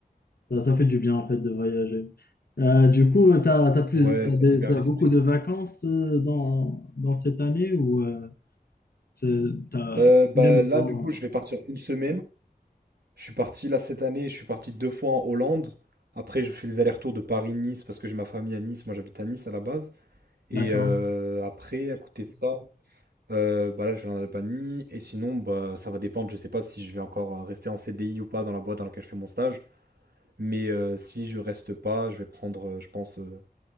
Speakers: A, on the left; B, on the right.
A: ça, ça fait du bien, en fait, de voyager. Euh, du coup, tu as, plus,
B: Ouais,
A: t'as
B: ça
A: des-
B: libère
A: t'as
B: l'esprit.
A: beaucoup de vacances euh, dans, dans cette année ou euh, c'est- t'as
B: Euh, bah
A: combien de
B: là,
A: jours?
B: du coup, je vais partir une semaine. Je suis parti là cette année, je suis parti deux fois en Hollande. Après, je fais des allers-retours de Paris-Nice parce que j'ai ma famille à Nice. Moi, j'habite à Nice à la base. Et
A: D'accord.
B: euh, après, à côté de ça, euh, bah là, je vais en Albanie. Et sinon, bah, ça va dépendre. Je sais pas si je vais encore euh, rester en CDI ou pas dans la boîte dans laquelle je fais mon stage. Mais euh, si je reste pas, je vais prendre, euh, je pense, euh,